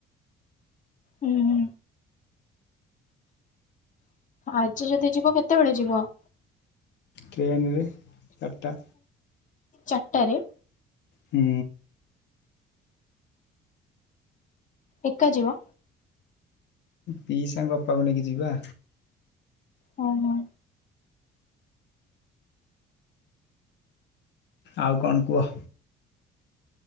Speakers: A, on the left; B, on the left.
A: ହୁଁ ହୁଁ। ଆଜି ଯଦି ଯିବ କେତେବେଳେ ଯିବ?
B: ଟ୍ରେନରେ ଚାରିଟା।
A: ଚାଟାରେ।
B: ହୁଁ।
A: ଏକା ଯିବ?
B: ପିଇସାଙ୍କ ଅପାକୁ ନେଇକି ଯିବା।
A: ହଁ ହଁ।
B: ଆଉ କଣ କୁଅ।